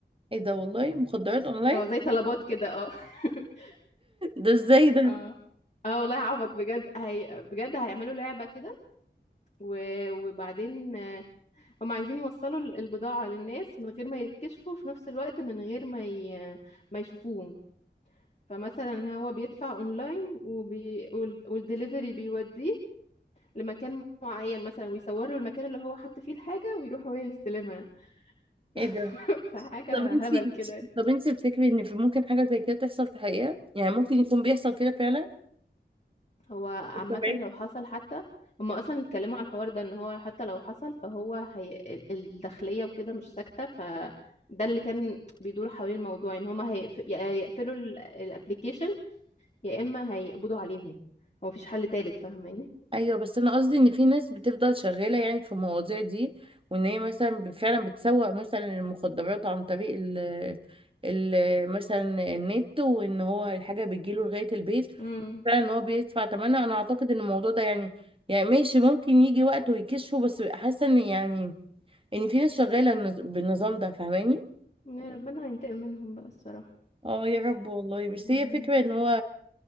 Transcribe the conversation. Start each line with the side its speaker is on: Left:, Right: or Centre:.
Right: ايه ده والله مخدرات اونلاين
Left: اه زي طلبات كده اه <laughs>
Right: ده ازاي ده
Left: اه اه والله عبط بجد هي بجد هيعملوا لعبة كده و- وبعدين آه، هم عايزين يوصلوا ال- البضاعة للناس من غير ما يتكشفوا في نفس الوقت من غير ما ي... ما يشوفوهم فمثلا هو بيدفع اونلاين وبي... وال- والدليفري بيوديه لمكان معين مثلا ويصوروا المكان اللي هو حط فيه الحاجة ويروح هو يستلمها <laughs>
Right: ايه ده
Left: فحاجة
Right: طب انت
Left: هبل كده
Right: طب انت بتفكري ان في ممكن حاجه زي كده تحصل في الحقيقه يعني ممكن يكون بيحصل كده فعلا
Left: هو عامة
Right: طب
Left: لو حصل حتى هما أصلا اتكلموا على الحوار ده إن هو حتى لو حصل فهو هي... ال- الداخلية وكده مش ساكتة فده اللي كان بيدور حوالين الموضوع إن هما هيقف... يا يقفلوا الابليكيشن يا إما هيقبضوا عليهم هو مفيش حل تالت فاهماني
Right: ايوه بس انا قصدي ان في ناس بتفضل شغاله يعني في المواضيع دي وان هي مثلا ب- فعلا بتسوق مثلا المخدرات عن طريق ال ال مثلا النت وان هو الحاجه بتجيله لغايه البيت
Left: امم
Right: فعلا ان هو بيدفع ثمنها انا اعتقد ان الموضوع ده يعني يعني ماشي ممكن يجي وقت ويكشفه بس حاسه ان يعني ان في ناس شغاله النز- بالنظام ده فاهماني
Left: يا ربنا ينتقم منهم بقى الصراحة
Right: اه يا رب
Left: حقهم
Right: والله
Left: عليهم.
Right: بس هي فكره ان هو